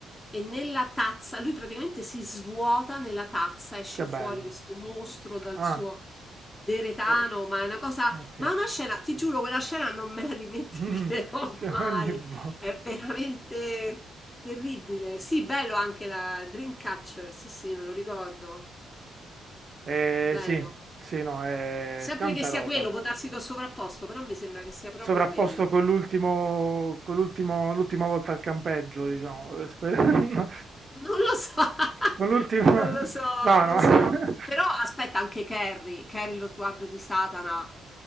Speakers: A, on the left (about 20°); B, on the right (about 40°).
A: e nella tazza, lui praticamente si svuota nella tazza, esce
B: Che
A: fuori
B: bello.
A: questo mostro dal
B: Ah,
A: suo deretano,
B: eh,
A: ma è una cosa,
B: ok.
A: ma è una scena, ti giuro, quella scena non me la dimenticherò
B: Mh-mh. <laughs> Cioè
A: <laughs> mai.
B: ogni vo
A: È veramente terribile. Sì, bello anche la Dreamcatcher, sì, sì, me lo ricordo.
B: Ehm,
A: Bello.
B: sì, sì, no, è
A: Sempre
B: tanta
A: che sia
B: roba.
A: quello, può darsi che ho sovrapposto, però mi sembra che sia proprio
B: Sovrapposto
A: quello.
B: con l'ultimo con l'ultimo l'ultima volta al campeggio,
A: Mm,
B: diciamo,
A: mm,
B: e spe <laughs>
A: Non lo so, <laughs>
B: con l'ultima
A: non lo so,
B: no,
A: non
B: no.
A: lo so. Però aspetta anche Carrie, Carrie lo sguardo di Satana,